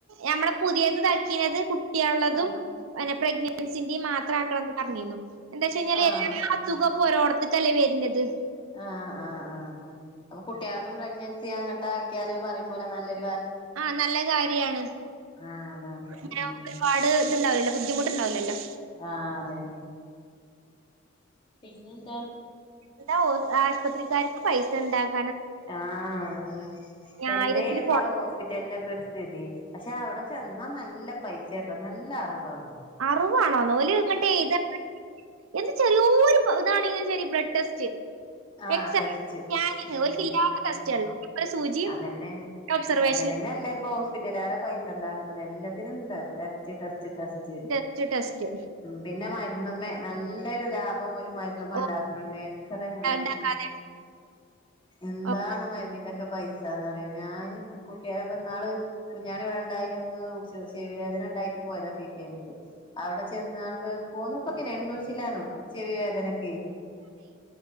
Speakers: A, on the right; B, on the left.
A: നമ്മളെ പുതിയത് താക്കിയത് കുട്ടിയാള്ളതും
B: ആഹ്
A: പിന്നെ പ്രഗ്നൻസിന്റെയും മാത്രം ആക്കണന്ന് പറഞ്ഞിരുന്നു. എന്താന്ന് ച്ച് കഴിഞ്ഞാൽ
B: ആഹ്
A: എല്ലാ അസുഖപ്പൊ ഒരോടത്തക്കല്ലേ വരുന്നത്.
B: ആഹ് ആഹ് ആഹ് ആഹ് അപ്പൊ കുട്ടികളതും പ്രഗ്നൻസി അങ്ങട്ട് ആക്കിയാല് പറയുംപോലെ പോലെ നല്ല ഒര്
A: ആഹ നല്ല കാര്യാണ്
B: ആഹ് അതാണ്
A: അങ്ങനെ
B: ഉം
A: ഒരുപാട് ഇത്ണ്ടാവല്ലോ.. ബുദ്ധിമുട്ടുണ്ടാവില്ലല്ലോ..
B: ആഹ അതെ പിന്നെ എന്താ
A: ന്ത ഓ ആശുപത്രിക്കാർക്ക് പൈസ ഉണ്ടാക്ക..
B: ആഹ അതാണ് എന്തേനു
A: ആയിരത്തില്
B: ഇപ്പ
A: കൊറ
B: ആ ഹോസ്പിറ്റലിന്റെ ഒക്കെ ഒര് സ്ഥിതി പക്ഷെ അവിടെ ചെന്നാ നല്ല പൈസ കെട്ടോ നല്ല അറുവാണ്.
A: അറുവാണോ നോല് ഇങ്ങട്ട് എഴുതാ എന്ത് ചെറിയൊരു ഇതാണെങ്കിലും ശരി ബ്ലഡ് ടെസ്റ്റ്.
B: ആ
A: എക്സ്
B: ടെസ്റ്റ്
A: സ്കാനിങ്
B: ഉം
A: ഓൽക്ക് ഇല്ലാത്ത ടെസ്റ്റുകള്
B: ഉം
A: ഒരു സൂചിയും
B: അതന്നെ
A: ഒബ്സർവേഷൻ
B: അങ്ങനെ തന്നെ അല്ല ഇപ്പ ഹോസ്പിറ്റാൽ പൈസ ഉണ്ടാക്കണത് എല്ലാത്തിനും ഇ test test test
A: test test
B: പിന്നെ മരിച്ച മരുന്ന് മ്മെ നല്ലൊരു ലാഭം ഓല് മരുന്ന് മ്മെ
A: ഓ
B: ഉണ്ടാക്കുന്നുണ്ട് എത്ര യാ ആ
A: ഇണ്ടാക്കാതെ
B: എന്താണ്
A: ഒക്കെ
B: മരുന്നിന്റെക്കെ പൈസന്നറിയോ ഞാൻ കൂട്ടിയപ്പ ന്നാള് കുഞാണി ഇവിടെണ്ടായിനന്ന് ചെവിവേദന ണ്ടായിട്ട് പോയതാ പി കെ എം അവിടെ ചെന്നാണ്ട് പോന്നപ്പക്കിന് എണ്ണൂറ്റി ചില്ലാനം ചെവി അതിനൊക്കെ